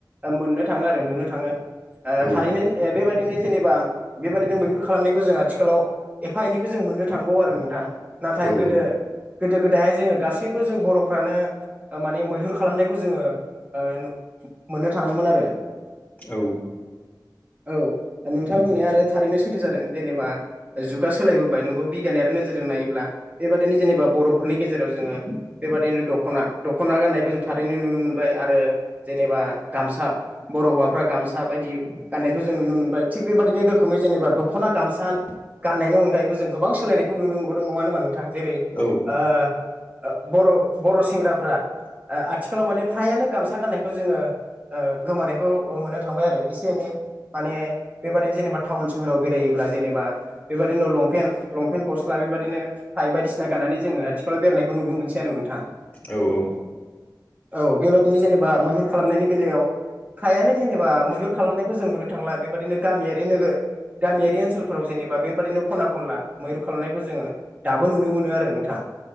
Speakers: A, on the right; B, on the left.
A: ओ मोननो थाङो आरो नुनो थाङो ओ
B: औ
A: थारैनो ओ बेबायदिनो जेनेबा बेबायदिनो मैहुर खालामनायखौ जों आथिखालाव एफा एनैखो जों मोननो थांबावो आरो नोंथां नाथाय
B: औ
A: गोदो गोदो गोदायहाय जोङो गासैबो जों बरफ्रानो ओ माने मैहुर खालामनाय खौ जोङो ओ नु मोननो थाङोमोन आरो
B: औ
A: औ ओ नोंथाङा बुंनाया आरो थारैनो सैथो जादों जेनेबा ओ जुगा सोलायबोबाय नोंगौ बिगियानारि नोजोरजों नायोब्ला बेबादिनो जेनेबा बरफोरनि गेजेराव जोङो बेबादिनो दखना दखना गान्नायखौ जों थारैनो नुनो मोनबाय आरो जेनेबा गामसा बर हौवाफ्रा गामसा बायदि गाननायखौ जो जों नुनो मोनबाय थिग बेबादिनो रोखोमै जेनेबा दखना गामसा गाननायनि अनगायैबो जों गोबां सोलायनायखौ नुनो मोनबावदों नङा होनबा नोंथां? जेरै
B: औ
A: ओ ओ बर बर सेंग्राफ्रा आ आथिखालाव माने फ्रायानो गामसा गाननायखौ जोङो ओ गोमानायखौ ओ मोननो थांबाय आरो इसे एनै माने बेबादिनो जेनेबा थाउन सोहोराव बेरायोब्ला ब्ला जेनेबा बेबादिनो लंफेन लंफेन गस्ला बेबादिनो थाय बायदिसिना गाननानै जोङो आथिखालाव बेर <unintelligible> खौ नुनो मोनसै आरो नोंथां।
B: औ औ।
A: औ बेबायदिनो जेनेबा मैहुर खालामनायनि बेलायाव हायानो जेनेबा मैहुर खालामनायखौ जों मोननो थांला बेबायदिनो गामियारि नोगो गामियारि ओनसोलफोराव जेनेबा बेबादिनो खना खनला मैहुर खालामनायखौ जोङो दाबो नुनो मोनो आरो नोंथां।